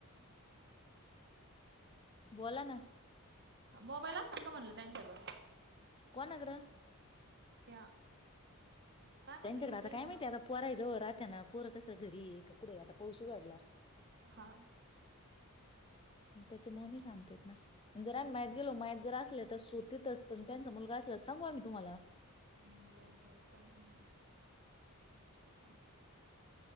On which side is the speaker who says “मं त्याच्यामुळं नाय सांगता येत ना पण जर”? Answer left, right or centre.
Left